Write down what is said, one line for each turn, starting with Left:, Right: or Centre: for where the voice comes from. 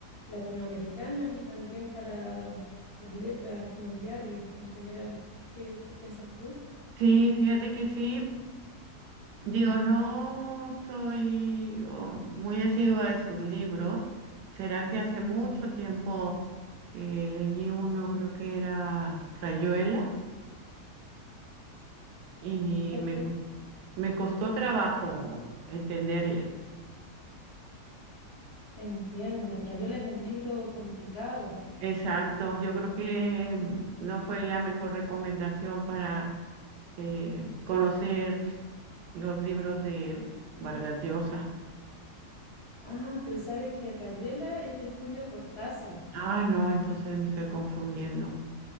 Left: latinoamericanas y también para las letras mundiales en general. ¿Qué, qué piensas tú?
Right: Sí, fíjate que sí. Digo, no soy oh, muy asidua de sus libros. ¿Será que hace mucho tiempo eh, leí uno, creo que era Rayuela, y
Left: Perfecto.
Right: me, cos- me costó trabajo entenderle?
Left: Entiendo. Rayuela es un libro complicado.
Right: Exacto, yo creo que mm, no fue la mejor recomendación para eh, conocer los libros de Vargas Llosa.
Left: Ah, pero sabes que Rayuela es de Julio Cortázar,
Right: Ah, no, entonces me estoy confundiendo.